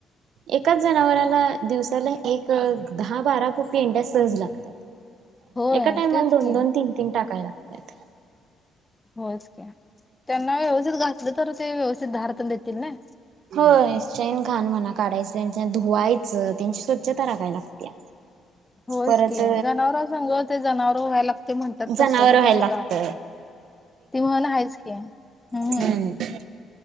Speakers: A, on the right; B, on the left.
A: एकाच जनावराला दिवसाला एक दहा, बारा पेंढ्या सहज लागण्यात.
B: होय
A: एका टाइमाला
B: तेच
A: दोन-
B: की
A: दोन, तीन -तीन टाकाय लागत्यात.
B: होयचकी, त्यांना व्यवस्थित घातलं तर ते व्यवस्थित धार तेन देतील नय.
A: होय शेण- घाण म्हणा काढायचं त्यांच्या धुवायचं त्यांची स्वच्छता राखाय लागत्या.
B: होयच
A: परत
B: की जनावरा संग ते जनावर व्हाय लागतय म्हणतात
A: जनावर
B: तस तू
A: व्हायला
B: तस
A: लागत
B: गाव ती म्हण आहेच की. हं
A: हम्म